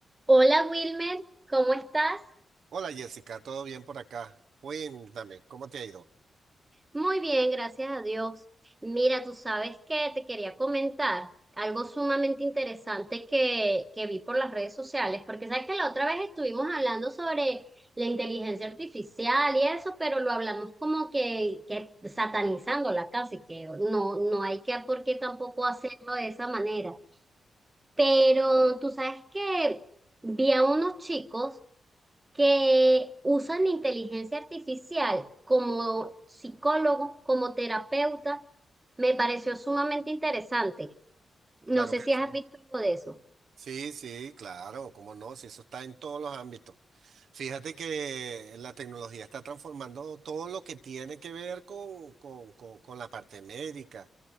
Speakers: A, on the right; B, on the right.
A: Hola Wilmer, ¿cómo estás?
B: Hola Jessica, ¿todo bien por acá? Cuéntame, ¿cómo te ha ido?
A: Muy bien, gracias a Dios. Mira, tú sabes que te quería comentar algo sumamente interesante que, que vi por las redes sociales, porque sabes que la otra vez estuvimos hablando sobre la inteligencia artificial y eso, pero lo hablamos como que, que satanizándola casi, que no, no hay que por qué tampoco hacerlo de esa manera. Pero tú sabes que vi a unos chicos que usan inteligencia artificial como psicólogo, como terapeuta, me pareció sumamente interesante. No
B: Claro
A: sé
B: que
A: si
B: sí.
A: has visto algo de eso.
B: Sí, sí, claro, cómo no, si eso está en todos los ámbitos. Fíjate que la tecnología está transformando todo lo que tiene que ver con, con- con- con la parte médica.